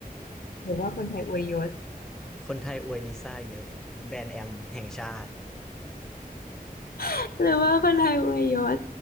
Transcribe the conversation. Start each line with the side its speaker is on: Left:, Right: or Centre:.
Left: หรือว่าคนไทยอวยยศ
Centre: คนไทยอวยลิซ่าเยอะแบรนด์แอมแห่งชาติ
Left: <laughs> หรือว่าคนไทยอวยยศ